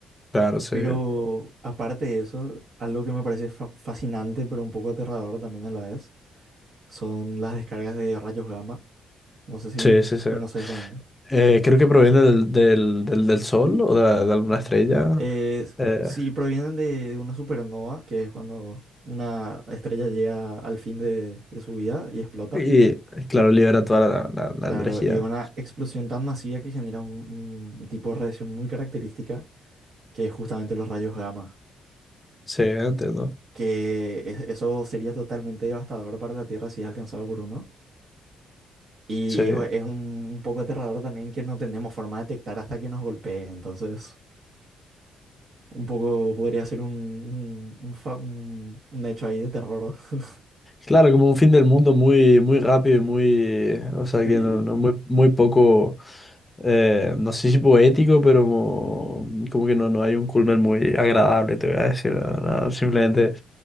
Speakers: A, on the left; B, on the right.
A: Claro, sí.
B: Pero aparte de eso, algo que me parece fa- fascinante, pero un poco aterrador también a la vez, son las descargas de rayos gamma. No sé si
A: Sí, sí, sí.
B: conoces también.
A: Eh, creo que proviene del, del, del, del sol o de, la- de alguna estrella.
B: Es-
A: Eh,
B: si provienen de, de una supernova, que es cuando una estrella llega al fin de, de su vida y explota.
A: y, claro, libera toda la, la,
B: Claro,
A: la energía.
B: y es una explosión tan masiva que genera un, un tipo de radiación muy característica que es justamente los rayos gamma,
A: Sí, entiendo.
B: que es- eso sería totalmente devastador para la Tierra si es alcanzado por uno. Y
A: Sí.
B: es, es un, un poco aterrador también que no tenemos forma de detectar hasta que nos golpee, entonces un poco podría ser un, un, un fa- un- un hecho ahí de terror. <laughs>
A: Claro, como un fin del mundo muy, muy rápido y muy, o sea,
B: Sí,
A: que no, no muy, muy poco, eh, no sé si poético, pero como, como que no, no hay un culmen muy agradable, te voy a decir, no, no, simplemente